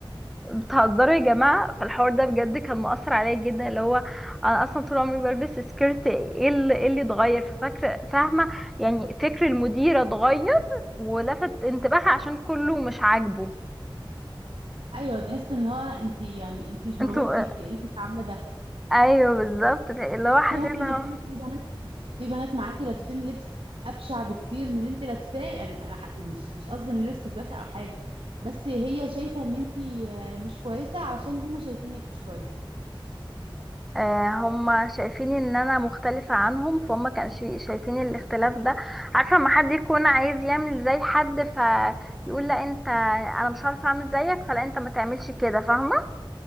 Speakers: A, in the centre; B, on the right (about 85°).
A: بتهزروا يا جماعة فالحوار ده بجد كان مؤثر عليا جدا اللي هو انا اصلا طول عمري بلبس سكيرت ايه اللي إيه اللي اتغير ففاكرة فاهمة يعني فكر المديرة اتغير ولفت انتباهها عشان كله مش عاجبه
B: ايوه تحس ان هو انت يعني انت مش مرغوب
A: انتوا
B: فيكي إيه اللي انت عامله ده
A: ايوه بالظبط اللي هو حسيت
B: ان ممكن
A: اللي هو
B: يكون في بنات في بنات معاكي لابسين لبس ابشع بكتير من اللي انت لابساه يعني انا ح- مش مش قصدي ان لبسك بشع او حاجه بس هي شايفه ان انت آه، مش كويسه علشان هم شايفينك مش كويسه
A: آه، هم شايفين ان انا مختلفة عنهم فهم كانوا شي- شايفين الاختلاف ده عارفة لما حد يكون عايز يعمل زي حد فيقول لا انت انا مش عارفة اعمل زيك فلا انت ما تعملش كده فاهمة